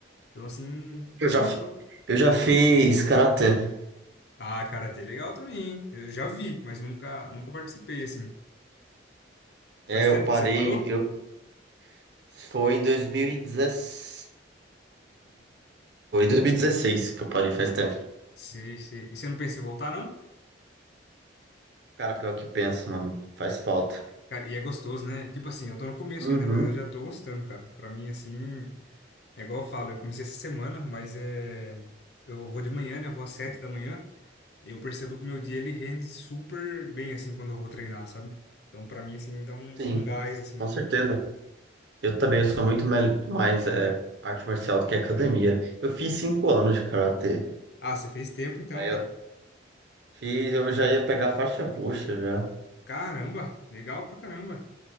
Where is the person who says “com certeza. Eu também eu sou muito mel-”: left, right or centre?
Right